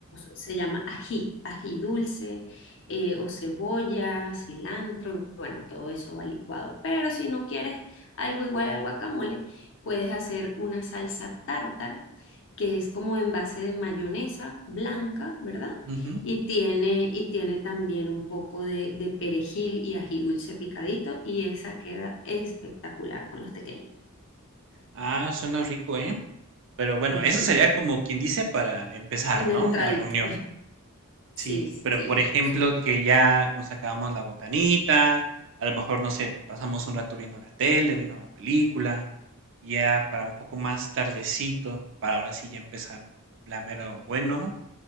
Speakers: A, on the left (about 55°); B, on the right (about 60°).
A: se llama ají, ají dulce eh, o cebolla, cilantro, bueno, todo eso va licuado. Pero si no quieres algo igual al guacamole, puedes hacer una salsa tártara, que es como en base de mayonesa blanca, ¿verdad?
B: ujú.
A: Y tiene, y tiene también un poco de, de perejil y ají dulce picadito, y esa queda espectacular con los pequeños.
B: Ah, suena rico, ¿eh? Pero bueno,
A: Ujú.
B: eso sería como quien dice para empezar,
A: Una
B: ¿no?
A: entradita.
B: La reunión. Sí,
A: Sí, sí,
B: pero por ejemplo,
A: por supuesto.
B: que ya nos acabamos la botanita, a lo mejor, no sé, pasamos un rato viendo la tele, viendo la película, ya para un poco más tardecito, para ahora sí ya empezar la mero bueno,